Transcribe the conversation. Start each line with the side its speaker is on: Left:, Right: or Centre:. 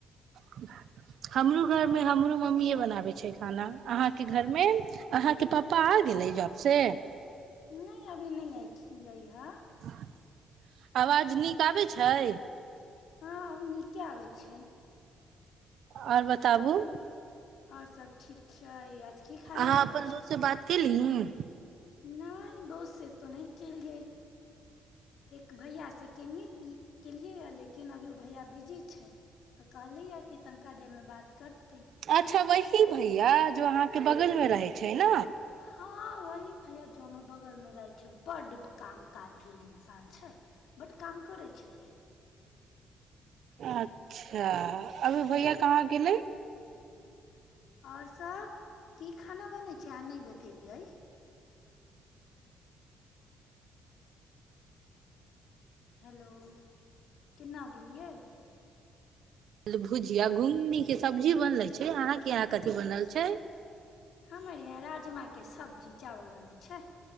Right: <inaudible> हमरो घर मे हमरो मम्मी बनाबै छै खाना अहाँ के घर मे अहाँ के पापा आ गेलै जॉब से
Left: नहि अभी नै एथिलै हन
Right: <unintelligible> आवाज नीक आबै छै
Left: हाँ आब नीके आबै छै
Right: आओर बताबू
Left: आओर सब ठीक छै की खाना
Right: अहाँ
Left: बनै
Right: अपन दोस्त से बात केलहीं
Left: नैय दोस से ते ने केलियै एक भैया से केलियै लेकिन अभी उ भैया बिजी छै त कहलियै या कि तनिका देर मे बात करतै
Right: अच्छा वही भैया जो अहाँके बगलमे रहै छै ने
Left: हाँ वही भैया जो हमरा बगल मे रहै छै बड्ड काम काजूल इन- सान छै बड्ड काम करै छै
Right: अच्छा अभी भैया कहाँ गेलै
Left: आओर सब की खाना बनै छै अहाँ नै बतेलियै हेलो कन्ने गेलियै
Right: भुजिया घुघनी के सब्जी बनले छै अहाँ इहाँ कथि बनल छै
Left: हमर यहाँ राजमा के सब्जी चावल बनैय छै